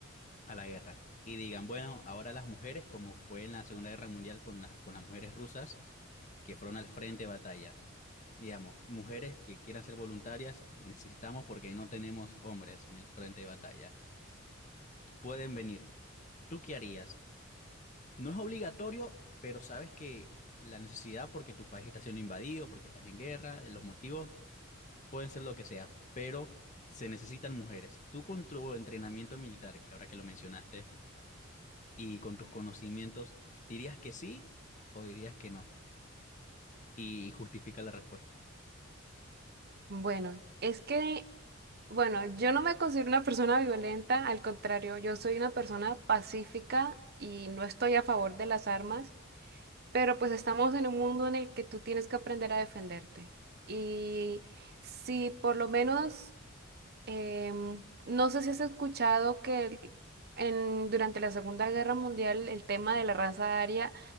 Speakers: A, on the left (about 40°); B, on the right (about 50°).
A: a la guerra. Y digan, bueno, ahora las mujeres, como fue en la Segunda Guerra Mundial con, la- con las mujeres rusas, que fueron al frente de batalla digamos, mujeres que quieran ser voluntarias, necesitamos porque no tenemos hombres en el frente de batalla. Pueden venir. ¿Tú qué harías? No es obligatorio, pero sabes que la necesidad porque tu país está siendo invadido, porque estás en guerra, los motivos pueden ser lo que sea, pero se necesitan mujeres. Tú con tu entrenamiento militar, que ahora que lo mencionaste, y con tus conocimientos, ¿dirías que sí o dirías que no? Y justifica la respuesta.
B: Bueno, es que Bueno, yo no me considero una persona violenta, al contrario, yo soy una persona pacífica y no estoy a favor de las armas, pero pues estamos en un mundo en el que tú tienes que aprender a defenderte. Y si por lo menos Em, no sé si has escuchado que el- en, durante la Segunda Guerra Mundial el tema de la raza aria,